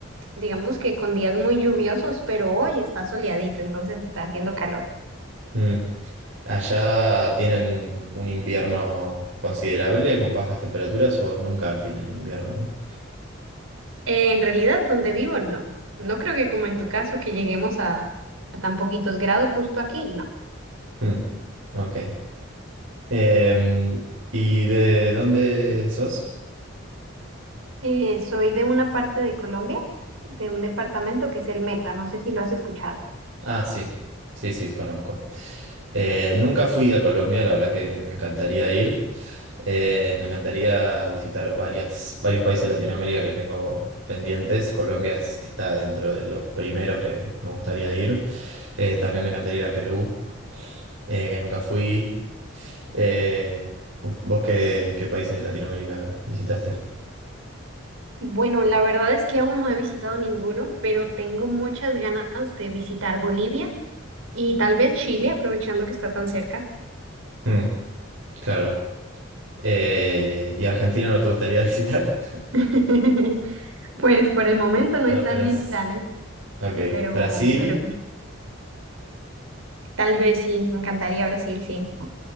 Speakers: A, on the right; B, on the right.
A: digamos que con días muy lluviosos, pero hoy está soleadito, entonces está haciendo calor.
B: Mm. ¿Allá tienen un invierno considerable con bajas temperaturas o nunca tienen invierno, ¿no?
A: Eh, en realidad, donde vivo, no. No creo que como en tu caso, que lleguemos a, a tan poquitos grados justo aquí, no.
B: Mm, Ok. Em, ¿y de dónde sos?
A: Eh, soy de una parte de Colombia, de un departamento que es el Meta, no sé si lo has escuchado.
B: Ah, sí, sí, sí, conozco. Eh, nunca fui a Colombia, la verdad que me encantaría ir. Eh, me encantaría visitar varias, varios países de Latinoamérica que tengo pendientes. Colombia es- está dentro de los primeros que me gustaría ir. Eh, también me encantaría ir a Perú, eh, que nunca fui. Eh, ¿vos qué, qué países de Latinoamérica visitaste?
A: Bueno, la verdad es que aún no he visitado ninguno, pero tengo muchas ganas de visitar Bolivia y tal vez Chile, aprovechando que está tan cerca.
B: Mm, claro. Eh, ¿y Argentina no te gustaría <laughs> visitar?
A: <laughs> Pues por el momento no
B: ¿No
A: están
B: lo tenés?
A: mis planes,
B: Ok.
A: pero,
B: Brasil.
A: pero Tal vez sí, me encantaría Brasil, sí.